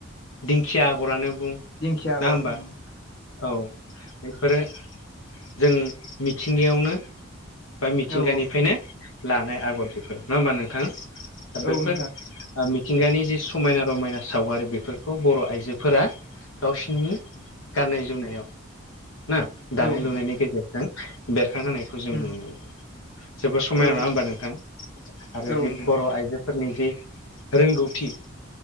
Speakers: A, on the left; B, on the left.
A: दिंखिया आगरानो बुं।
B: दिंखिया आगर
A: नङा होमबा?
B: उम
A: औ! बेफोरो जों मिथिंगायावनो बा मिथिंगानिफ्रायनो
B: औ
A: लानाय आगर बेफोर नङा होमबा नोंथाङा? दा
B: औ
A: बैफोर
B: नोंथां
A: ओ मिथिंगानि जि समायना रमायना सावगारि बेफोरखौ बर' आइजोफोरा गावसिनि गाननाय जोमनायाव ना दानाय
B: औ
A: लुनायनि
B: नोंथां
A: गेजेरजों बेरखांहोनाय खौ जों
B: उम
A: नुनो मोनो। जोबोद समाया
B: औ
A: नङा होमबा नोंथां? आरो
B: औ
A: जि
B: नोंथां
A: बर' आइजोफोरनि जि रोंगौथि